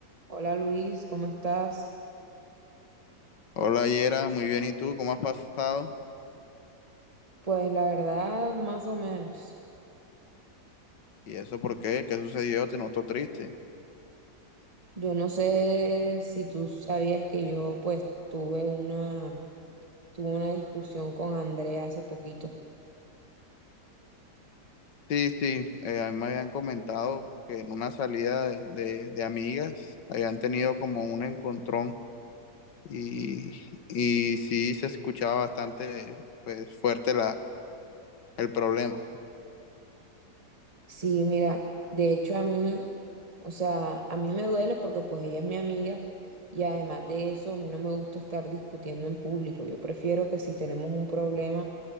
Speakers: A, on the right (about 25°); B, on the left (about 80°).
A: Hola Luis, ¿cómo estás?
B: Hola Yera, muy bien, ¿y tú? ¿Cómo has pasado?
A: Pues la verdad, más o menos.
B: ¿Y eso por qué? ¿Qué sucedió? Te noto triste.
A: Yo no sé si tú sabías que yo pues tuve una, tuve una discusión con Andrea hace poquito.
B: Sí, sí, eh, a mí me habían comentado que en una salida de, de- de amigas habían tenido como un encontrón y, y sí se escuchaba bastante pues, fuerte la, el problema.
A: Sí, mira, de hecho a mí, o sea, a mí me duele porque pues ella es mi amiga y además de eso, a mí no me gusta estar discutiendo en público. Yo prefiero que si tenemos un problema,